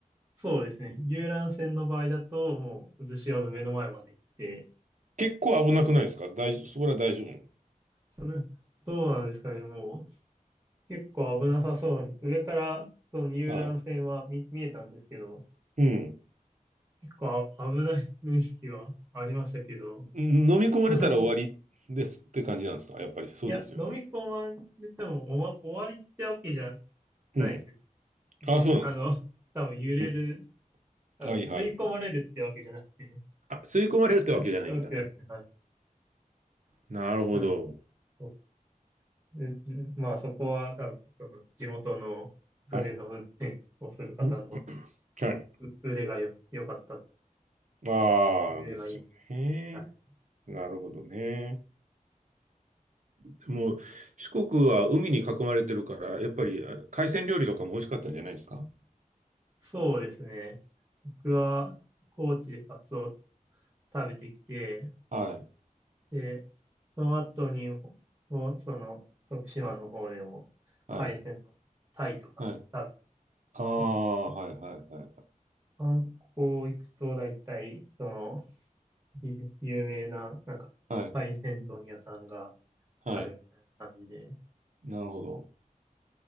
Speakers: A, on the right; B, on the right.
A: そうですね。遊覧船の場合だと、もう、渦潮の目の前まで行って、
B: 結構危なくないですか大丈夫、そこら大丈夫。
A: それ、どうなんですかね、もう、結構危なさそうに、上から、その遊覧船は見、
B: はい。
A: 見えたんですけど、
B: うん。
A: 結構あ危ない雰囲気はありましたけど、
B: 飲み込まれたら終わりですって感じなんですかやっぱりそうですよね。
A: <laughs> いや、飲み込まれてもおわ終わりってわけじゃ
B: うん
A: ないですね。別に、
B: あ、そうなんですか。
A: あの、<laughs> 多分揺れる、
B: うん。
A: あの、
B: はいはい。
A: 吸い込まれるってわけじゃなくて、
B: あ、吸い込まれるってわけじゃないんだ。
A: <laughs> わけじゃなくて、はい。
B: なるほど。
A: なんでそうででまあ、そこは多分、その、地元の船の運転をする方の
B: はい。んはい。
A: う腕がよ、良かった、
B: ああ、
A: 腕がいいんで。
B: ですよね。
A: はい。
B: なるほどね。でも、四国は海に囲まれてるから、やっぱりあ海鮮料理とかも美味しかったんじゃないですか
A: そうですね。僕は、高知でカツオを食べてきて、
B: はい。
A: で、その後に、ほほその、徳島の方でも、
B: はい。
A: 海鮮のタイとか食
B: はい。ああ、
A: べて、
B: はいはいはい。
A: 観光行くと大体、その、ゆ有名な、なんか、
B: はい。
A: 海鮮丼屋さんが
B: はい。
A: あるみたいな感じで、
B: なるほど。